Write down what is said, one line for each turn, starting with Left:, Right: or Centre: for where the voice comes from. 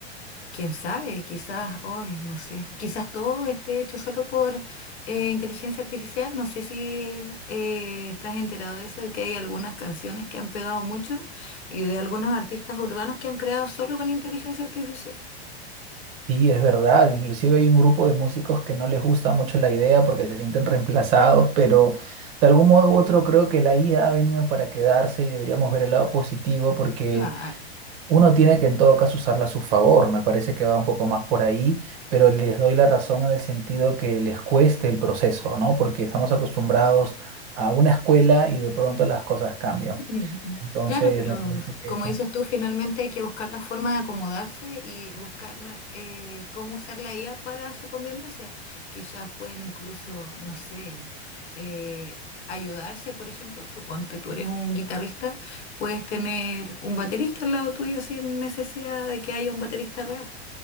Left: Quién sabe, quizás, hoy, no sé, quizás todo esté hecho solo por eh, inteligencia artificial. No sé si eh, estás enterado de eso, de que hay algunas canciones que han pegado mucho y de algunos artistas urbanos que han creado solo con inteligencia artificial.
Right: Sí, es verdad, inclusive hay un grupo de músicos que no les gusta mucho la idea porque se sienten reemplazados, pero de algún modo u otro creo que la IA ha venido para quedarse y deberíamos ver el lado positivo porque
Left: Claro.
Right: Uno tiene que en todo caso usarla a su favor, me parece que va un poco más por ahí, pero les doy la razón en el sentido que les cueste el proceso, ¿no? Porque estamos acostumbrados a una escuela y de pronto las cosas cambian.
Left: Ujú.
Right: Entonces,
Left: Claro, pero
Right: me parece que
Left: como
Right: eso.
Left: dices tú, finalmente hay que buscar la forma de acomodarse y buscar eh, cómo usar la IA para su conveniencia. Quizás pueden incluso, no sé, eh, ayudarse, por ejemplo, suponte tú eres un guitarrista, puedes tener un baterista al lado tuyo sin necesidad de que haya un baterista real.